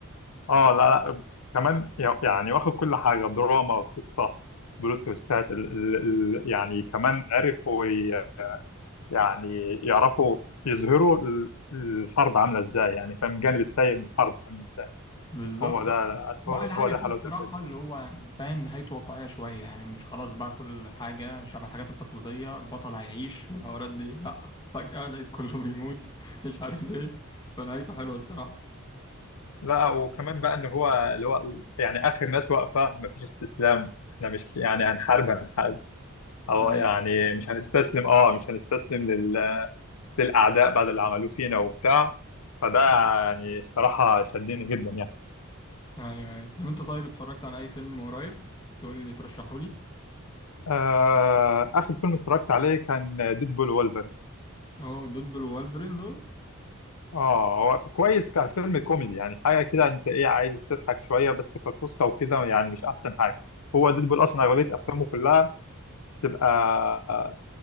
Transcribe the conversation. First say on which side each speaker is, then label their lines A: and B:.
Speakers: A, on the left; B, on the left.
A: اه لا لا كمان يع- يعني واخد كل حاجه دراما وقصه بلوت تويستات ال- ال- ال- يعني كمان عرفوا ي- يعني يعرفوا يظهروا ال- الحرب عامله ازاي يعني فاهم الجانب السيء من الحرب عامله ازاي
B: بالظبط
A: هو ده هو
B: واحلى حاجة
A: هو ده
B: فيه
A: حلاوه
B: الصراحة
A: الفيلم
B: اللي هو فاهم نهايته واقعية شوية يعني مش خلاص بقى كل حاجة شبه الحاجات التقليدية البطل هيعيش والحوارات دي لا فجأة لقيت كله بيموت <laughs> مش عارف ليه فنهايته حلوة الصراحة
A: لا وكمان بقى ان هو اللي هو يعني اخر ناس واقفه مفيش استسلام احنا مش يعني هنحارب هنحارب او
B: هاي
A: يعني مش هنستسلم اه مش هنستسلم لل- للاعداء بعد اللي عملوه فينا وبتاع فده يعني الصراحة شدني جدا يعني
B: ايوه ايوه طب انت طيب اتفرجت على اي فيلم قريب تقول لي ترشحه لي
A: آه آخر فيلم اتفرجت عليه كان ديد بول وولفرين
B: اهو دول بالوالفرين دول
A: اه هو كويس كفيلم كوميدي يعني حاجة كده انت ايه عايز تضحك شوية بس كقصة وكده يعني مش أحسن حاجة هو ديد بول أصلا أغلبية أفلامه كلها تبقى آه،